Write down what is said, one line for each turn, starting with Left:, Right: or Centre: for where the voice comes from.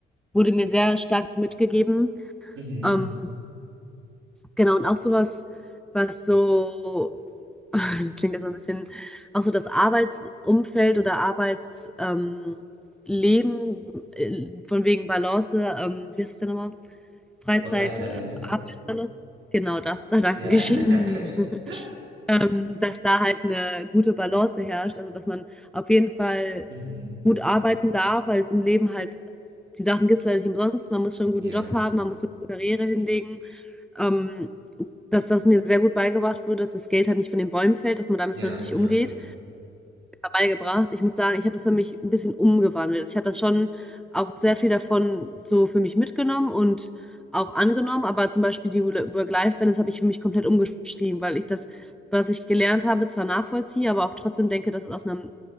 Centre: wurde mir sehr stark mitgegeben.
Right: Mhm.
Centre: Ähm, Genau, und auch sowas, was so, <laughs> das klingt ja so ein bisschen, auch so das Arbeitsumfeld oder Arbeitsleben, ähm, Leben, äh, von wegen Balance, ähm, wie heißt das denn nochmal? Freizeit,
Right: Work-Life-Balance.
Centre: äh, Arbeitsbalance, genau das da dann
Right: Ja,
Centre: geschehen,
Right: <laughs> kein Stress.
Centre: <laughs> ähm, dass da halt eine gute Balance herrscht, also dass man auf jeden Fall
Right: Mhm.
Centre: gut arbeiten darf, weil es im Leben halt, die Sachen gibt es leider nicht umsonst, man muss schon einen
Right: Ja,
Centre: guten Job haben, man muss eine gute Karriere hinlegen. Ähm, dass das mir sehr gut beigebracht wurde, dass das Geld halt nicht von den Bäumen fällt, dass man damit
Right: ja,
Centre: vernünftig
Right: ja,
Centre: umgeht. Beigebracht. Ich muss sagen, ich habe das für mich ein bisschen umgewandelt. Ich habe das schon auch sehr viel davon so für mich mitgenommen und auch angenommen, aber zum Beispiel die Work-Life-Balance habe ich für mich komplett umgeschrieben, weil ich das, was ich gelernt habe, zwar nachvollziehe, aber auch trotzdem denke, dass es aus einer